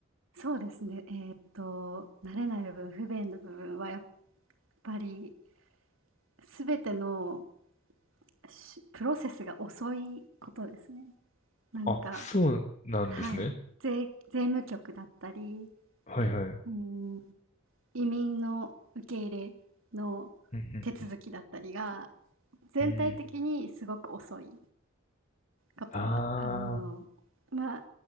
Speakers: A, on the right; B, on the left.
A: あ、そうですね。えーっと、慣れない部分、不便な部分はやっぱり、すべてのしプロセスが遅いことですね。何か
B: あ、そうなんですね。
A: はい。税、税務局だったり、
B: はいはい。
A: うん、移民の受け入れの
B: うんうん
A: 手続きだったりが、全体的にすごく遅い
B: うん。うん
A: ことは、
B: ああ
A: あの、まあ、